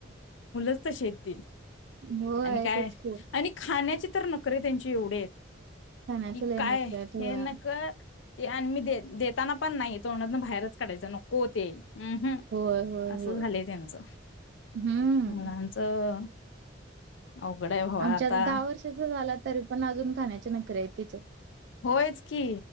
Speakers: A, on the left; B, on the right.
A: असं
B: होय
A: आणि काय
B: तेच की
A: आणि खाण्याची तर नके त्यांचे एवढेत.
B: खाण्याच
A: कि
B: लय
A: काय
B: नखरे आहेत होय
A: हे नक ते आणि मी देताना पण नाही तोंडातन बाहेरच काढायचं नको ते. अहू
B: होय होय
A: असं
B: होय.
A: झालंय त्यांचं
B: हम्म
A: मुलांचं अवघड हाय हो
B: आमच्या
A: आता.
B: दहा वर्षाचा झाला तरी पण अजून खाण्याचे नकरे हायत. तेच.
A: होयच की